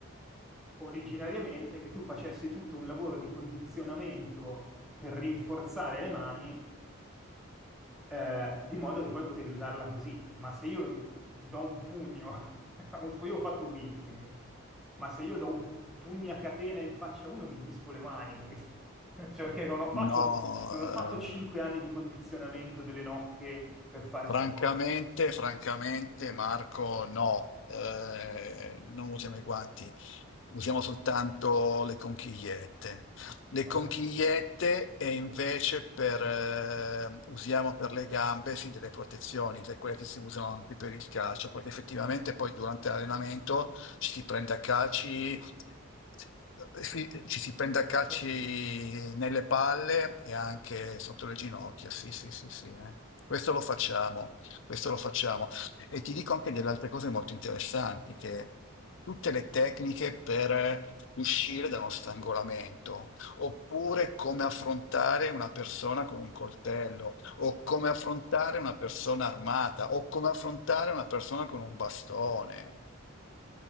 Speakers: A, in the centre; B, on the left (about 60°).
A: originariamente che tu facessi tutto un lavoro di condizionamento per rinforzare le mani eh, di modo che poi potevi usarla così. Ma se io do un pugno, <laughs> o tipo io ho fatto Wing Chun, ma se io do un pugno a catena in faccia a uno mi disfo le mani, capito? <laughs> Cioè, perché non ho fatto,
B: No,
A: non ho
B: eh,
A: fatto 5 anni di condizionamento delle nocche per fare
B: francamente,
A: sta cosa.
B: francamente, Marco, no, eh, non usiamo i guanti. Usiamo soltanto le conchigliette. Le
A: Ah,
B: conchigliette e invece per, eh, usiamo per le gambe sì, delle protezioni, che è quelle che si usano anche per il calcio, perché effettivamente poi durante l'allenamento ci si prende a calci, eh, sì, ci si prende a calci
A: Certo,
B: nelle palle e anche sotto le ginocchia. Sì, sì, sì, sì. eh. Questo lo facciamo, questo lo facciamo. E ti dico anche delle altre cose molto interessanti, che tutte le tecniche per uscire da uno strangolamento, oppure come affrontare una persona con un coltello, o come affrontare una persona armata, o come affrontare una persona con un bastone.